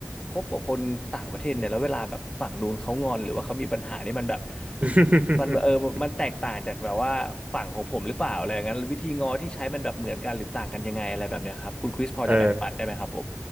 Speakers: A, on the left; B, on the right.
A: คบกับคนต่างประเทศเนี่ยแล้วเวลาแบบฝั่งนู้นเขางอนหรือว่าเขามีปัญหานี่มันแบบ
B: <laughs>
A: มันเออมันแตกต่างจากแบบว่าฝั่งของผมหรือเปล่าอะไรอย่างนั้นวิธีงอที่ใช้มันแบบเหมือนกันหรือต่างกันยังไงอะไรแบบเนี้ยครับคุณคริสพอจะแบ่งปันได้ไหมครับผม
B: เออ